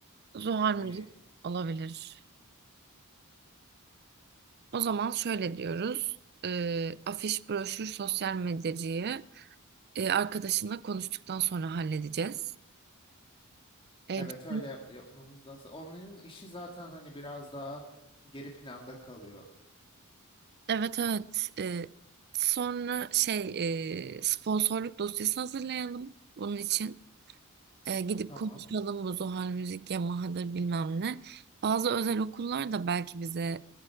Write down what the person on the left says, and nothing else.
hani
Evet
öyle yap- yapmamız lazım. Onların işi zaten hani biraz daha geri planda kalıyor.
Tamam.